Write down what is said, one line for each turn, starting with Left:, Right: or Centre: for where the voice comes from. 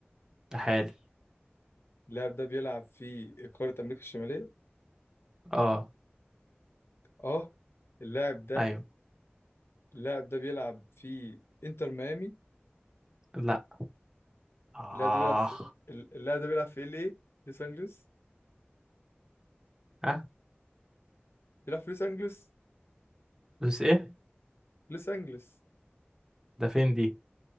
Right: ده حالي
Left: اللاعب ده بيلعب في قارة أمريكا الشمالية
Right: اه
Left: اه اللاعب ده
Right: أيوه
Left: اللاعب ده بيلعب في إنتر ميامي
Right: لا آه
Left: اللاعب ده بيلعب في ال- اللاعب ده بيلعب في ال ايه لوس أنجلوس
Right: ها
Left: بيلعب في لوس أنجلوس
Right: بس إيه؟
Left: لوس أنجلوس
Right: ده فين دي